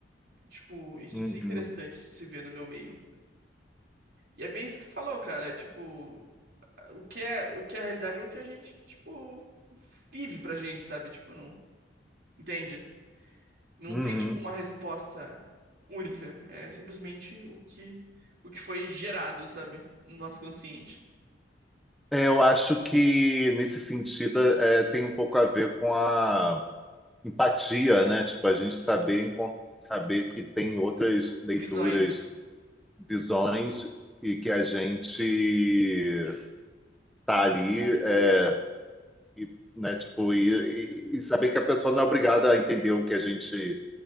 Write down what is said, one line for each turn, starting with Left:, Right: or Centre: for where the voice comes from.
Right: Tipo, isso,
Centre: uhum,
Right: isso é interessante de se ver no meu meio. E é bem isso que você falou, cara. é Tipo, o que é, o que é a realidade é o que a gente, tipo, vive pra gente, sabe? Tipo, não. Entende? Não
Centre: uhum.
Right: tem, tipo, uma resposta única. É simplesmente o que, o que foi gerado, sabe? No nosso consciente.
Centre: É, Eu acho que nesse sentido é, tem um pouco a ver com a empatia, né? Tipo, a gente saber, encon- saber que tem outras leituras
Right: Visões.
Centre: visões e que a gente tá ali, é, e, né? Tipo, e, e- e saber que a pessoa não é obrigada a entender o que a gente